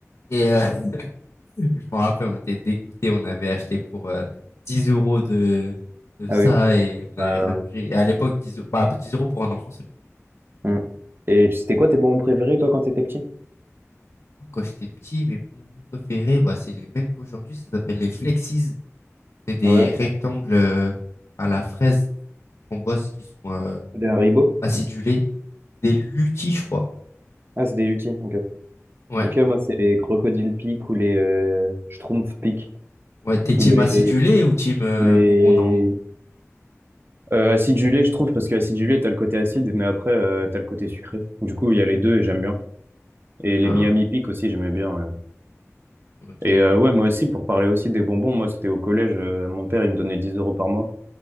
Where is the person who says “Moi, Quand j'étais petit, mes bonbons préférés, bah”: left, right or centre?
Left